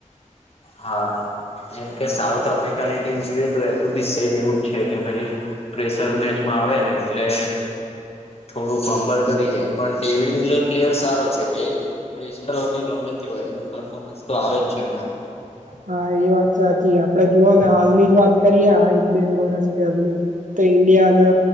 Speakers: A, on the left; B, on the right.
A: હા જેમ કે સાઉથ આફ્રિકાની ટીમ જોઈએ તો એમનું બી સેમ એવું જ છે કે ભાઈ પ્રેશર મેચમાં આવે ને એટલે થોડું ફંબલ કરી જાય પણ ડેવિડ મિલર પ્લેયર સારો છે એ પ્રેશર હો કે ગમે તે હોય એનું પરર્ફોર્મન્સ તો આવે જ છે બાર.
B: હા એ વાત સાચી આપડે જુઓ ને હાલની જ વાત કરીએે આ એક બે વરસ. <unintelligible> તો ઇન્ડિયા અને